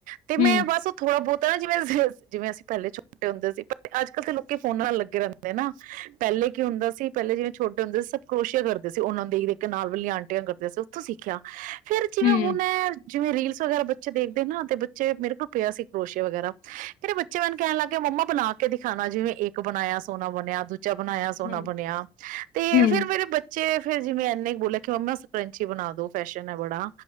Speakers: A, on the right; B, on the left.
A: ਤੇ ਮੈਂ
B: ਹਮ
A: ਬਸ ਥੋੜਾ ਬਹੁਤ ਪਤਾ ਨਾ ਜਿਵੇਂ ਜਿਵੇਂ ਅਸੀਂ ਪਹਿਲੇ ਛੋਟੇ ਹੁੰਦੇ ਸੀ ਪਰ ਅੱਜ ਕੱਲ੍ਹ ਤਾਂ ਲੋਕ ਫੋਨ ਨਾਲ ਲੱਗੇ ਰਹਿੰਦੇ ਨਾ ਪਹਿਲੇ ਕੀ ਹੁੰਦਾ ਸੀ ਪਹਿਲੇ ਜਿਵੇਂ ਛੋਟੇ ਹੁੰਦੇ ਸੀ ਸਭ ਕਰੋਸ਼ਿਆ ਕਰ ਸੀ ਉਹਨਾਂ ਨੂੰ ਦੇਖ ਕੇ ਨਾਲ ਵਾਲੀਆਂ ਆਂਟੀਆਂ ਕਰਦੇ ਸੀ ਉੱਥੋਂ ਸਿੱਖਿਆ ਫੇਰ ਜਿਵੇਂ
B: ਹਮ
A: ਹੁਣ ਮੈ ਜਿਵੇਂ ਰੀਲਸ ਵਗੈਰਾ ਬੱਚੇ ਦੇਖਦੇ ਨਾ ਤੇ ਬੱਚੇ ਮੇਰੇ ਕੋਲ ਪਿਆ ਸੀ ਕਰੋਸ਼ਿਆ ਵਗੈਰਾ, ਫੇਰ ਬੱਚੇ ਮੈਨੂੰ ਕਹਿਣ ਲੱਗ ਪਏ ਮੰਮਾ ਬਣਾ ਕੇ ਦਿਖਾਣਾ ਜਿਵੇਂ ਇੱਕ ਬਣਾਇਆ ਸੋਹਨਾ ਬਣਿਆ ਦੂ ਦੂਜਾ ਬਣਾਇਆ ਸੋਹਣਾ
B: ਹਮ
A: ਬ ਬਣਿਆ ਤੇ
B: ਹਮ
A: ਫਿਰ ਮੇਰੇ ਬੱਚੇ ਫੇਰ ਜਿਵੇਂ ਇੰਨੇ ਬੋਲਿਆ ਕਿ ਮੰਮਾ <unintelligible> ਬਣਾ ਦੋ ਫੈਸ਼ਨ ਹੈ ਬੜਾ।